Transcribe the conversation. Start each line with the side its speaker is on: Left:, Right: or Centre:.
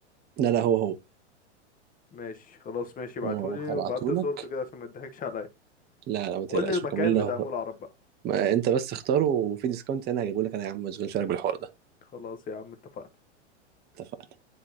Right: لا لا هو هو
Left: ماشي خلاص ماشي ابعتولي
Right: هو هو هبعته
Left: وبعت صورته
Right: لك
Left: كده عشان ما تضحكش عليا
Right: لا لا ما تقلقش
Left: وقول لي المكان
Right: وكمان لو
Left: بتاع مول العرب بقى
Right: ما انت بس اختاره وفي ديسكاونت انا هجيبه لك انا يا عم ما تشغلش بالك بالحوار ده
Left: خلاص يا عم اتفقنا
Right: اتفقنا